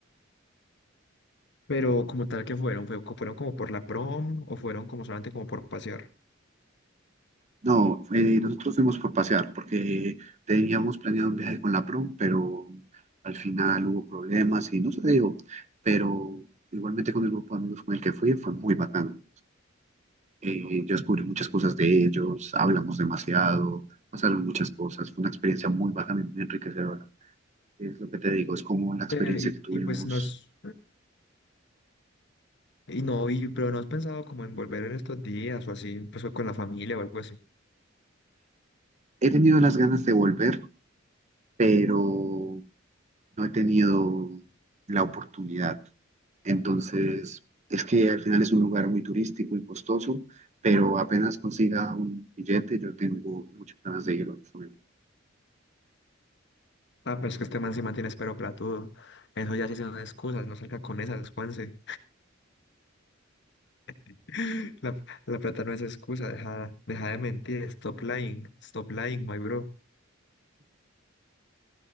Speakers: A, on the left; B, on the right.
A: pero como tal que fueron, fue, co- fueron como por la prom o fueron como solamente como por pasear.
B: No, eh, nosotros fuimos por pasear porque teníamos planeado un viaje con la prom, pero al final hubo problemas y no se dio. Pero igualmente con el grupo de amigos con el que fui fue muy bacano. Eh, yo descubrí muchas cosas de ellos, hablamos demasiado, pasaron muchas cosas. Fue una experiencia muy bacana y muy enriquecedora. Es lo que te digo, es como la experiencia
A: Eh,
B: que tuvimos.
A: y, y, pues nos, Y no, y, pero no has pensado como en volver en estos días o así, pues o con la familia o algo así.
B: He tenido las ganas de volver, pero no he tenido la oportunidad. Entonces, es que al final es un lugar muy turístico y costoso, pero apenas consiga un billete, yo tengo muchas ganas de ir. honestamente.
A: Ah, pero es que este man se mantiene espero platudo. Eso ya sí son excusas, no salga con esas, Juanse. <laughs> La, la plata no es excusa, deja, deja de mentir, stop lying, stop lying, my bro.